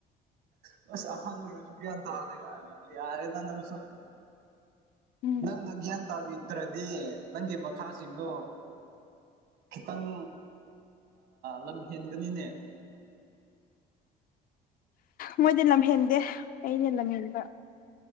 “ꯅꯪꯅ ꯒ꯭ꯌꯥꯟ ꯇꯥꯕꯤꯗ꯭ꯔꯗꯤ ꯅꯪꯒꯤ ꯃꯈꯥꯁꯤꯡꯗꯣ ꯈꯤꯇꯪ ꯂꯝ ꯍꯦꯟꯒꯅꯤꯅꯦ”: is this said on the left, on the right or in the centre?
Right